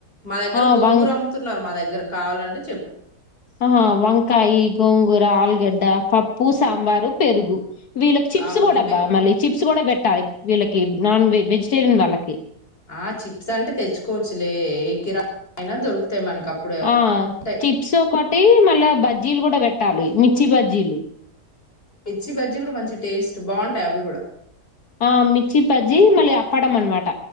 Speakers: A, on the left (about 35°); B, on the left (about 70°).
A: మా దగ్గర
B: ఆహ్,
A: గోంగూరు
B: వం
A: అమ్ముతున్నారు మా దగ్గర కావాలంటే చెప్పు
B: ఆహ వంకాయ గోంగూర ఆలుగడ్డ పప్పు సాంబారు పెరుగు వీళ్ళకి చిప్స్
A: అవును
B: కూడాబ్బా
A: ఇవే
B: మళ్ళీ చిప్స్ కూడా పెట్టాలి వీళ్ళకి నాన్ వె వెజిటేరియన్ వాళ్ళకి
A: ఆ చిప్స్ అంటే తెచ్చుకోవచ్చులే ఏ కిరాణ అయినా దొరుకుతాయి మనకి అప్పుడు
B: ఆ
A: ఉంటాయి
B: చిప్స్ ఒకటి మళ్ళ బజ్జీలు కూడా పెట్టాలి మిర్చి బజ్జీలు
A: మిచ్చి బజ్జీ కూడా మంచి టేస్ట్ బాగుంటాయి అవి కూడా
B: ఆ మిర్చి బజ్జి మళ్ళీ అప్పడం అనమాట